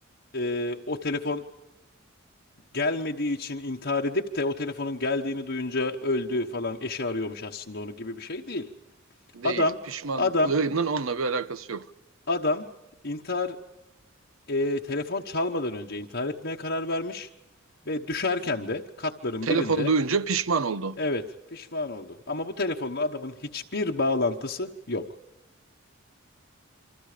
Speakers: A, on the left; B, on the right.
A: e, o telefon gelmediği için intihar edip de o telefonun geldiğini duyunca öldü falan. Eşi arıyormuş aslında onu gibi bir şey değil.
B: <laughs> Değil.
A: Adam
B: Pişmanlığının
A: adam
B: onunla bir alakası yok.
A: adam intihar e, telefon çalmadan önce intihar etmeye karar vermiş. Ve düşerken de katların
B: Telefon
A: birinde
B: duyunca pişman oldu.
A: Evet, pişman oldu. Ama bu telefonla adamın hiçbir bağlantısı yok.